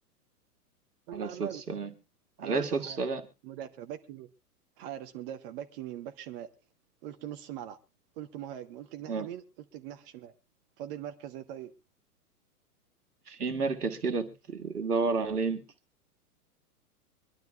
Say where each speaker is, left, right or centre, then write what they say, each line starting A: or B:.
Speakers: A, on the right; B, on the right.
A: صلى
B: عليه الصلاة
A: على النبي
B: والسلام
A: انا
B: عليه
A: قلت
B: الصلاة
A: حارس
B: والسلام
A: مدافع باك يمين حارس مدافع باك يمين باك شمال قلت نص ملعب قلت مهاجم قلت جناح
B: اه
A: يمين قلت جناح شمال فاضل مركز ايه طيب
B: في مركز كده تدور عليه انت